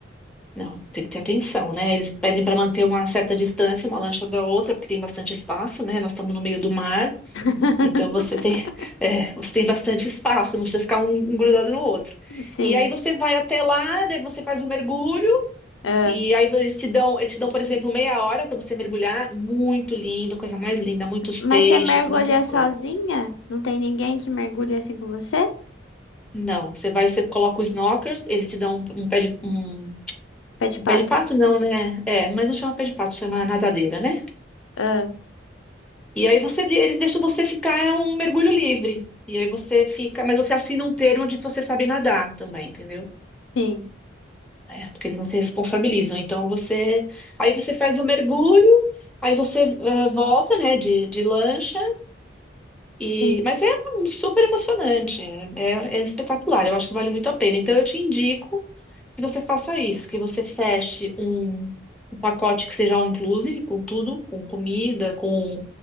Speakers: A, in the centre; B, on the left (about 75°).
A: Não, tem que ter atenção, né? Eles pedem para manter uma certa distância, uma lancha da outra, porque tem bastante espaço, né? Nós estamos no meio do mar,
B: <laughs>
A: então você tem, <laughs> é, você tem bastante espaço, não precisa ficar um, um grudado no outro.
B: Sim.
A: E aí você vai até lá, daí você faz o mergulho,
B: Ah.
A: E aí eles te dão, eles te dão, por exemplo, meia hora para você mergulhar. Muito lindo, coisa mais linda, muitos
B: Mas
A: peixes,
B: você mergulha
A: muitas coisas.
B: sozinha? Não tem ninguém que mergulha assim com você?
A: Não, você vai, você coloca os snorkels, eles te dão um, um pé de um,
B: Pé de
A: um
B: pato.
A: pé de pato, não, né? É, mas não chama pé de pato, chama nadadeira, né?
B: Ah,
A: E aí você, de- eles deixam você ficar é um mergulho livre. E aí você fica, mas você assina um termo de que você sabe nadar também, entendeu?
B: sim.
A: É, porque eles não se responsabilizam. Então você, aí você faz o mergulho, aí você eh, volta, né, de, de lancha. E,
B: Sim.
A: mas é super emocionante, é, é espetacular, eu acho que vale muito a pena. Então eu te indico que você faça isso, que você feche um, um pacote que seja all inclusive, com tudo, com comida, com.